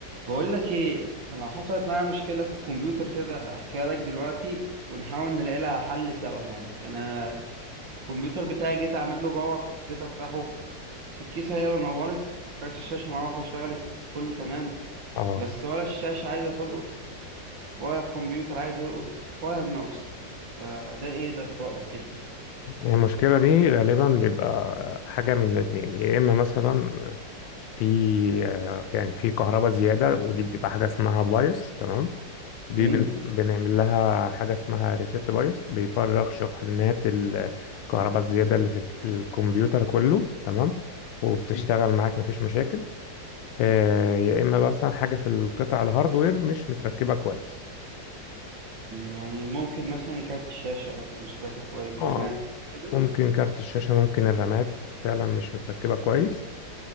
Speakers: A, on the right; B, on the left.
A: بقول لك ايه انا حصلت معايا مشكله في الكمبيوتر كده احكيها لك دلوقتي ونحاول نلاقي لها حل سوا يعني انا الكمبيوتر بتاعي جيت اعمل له باور جيت افتحه الكيسه هي اللي نورت كارت الشاشه مروح واشتغلت كله تمام
B: اه
A: بس ولا الشاشه عايزه تلقط ولا الكمبيوتر عايز يلقط ولا الماوس فده ايه ده في رايك كده
B: يعني المشكلة دي غالبا بيبقى حاجة من الاتنين يا إما مثلا في آه، يعني في كهرباء زيادة ودي بتبقى حاجة اسمها بايوس تمام دي
A: امم
B: بن- مم. بنعمل لها حاجة اسمها ريست بايوس بيفرغ شحنات الكهرباء الزيادة اللي في الك- الكمبيوتر كله تمام مم. وبتشتغل معاك مفيش مشاكل آه، يا إما بقى مثلا حاجة في القطع الهاردوير مش متركبة كويس
A: يعني ممكن مثلا كارت الشاشه أكون مش فاكر كويس
B: اه
A: رامات كده
B: ممكن كارت الشاشة ممكن الرامات فعلا مش متركبة كويس